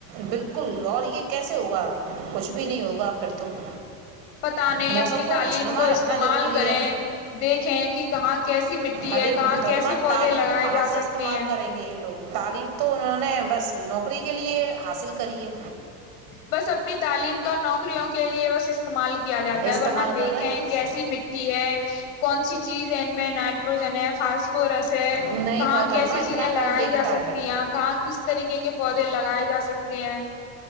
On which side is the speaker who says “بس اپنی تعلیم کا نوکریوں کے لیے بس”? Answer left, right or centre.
Left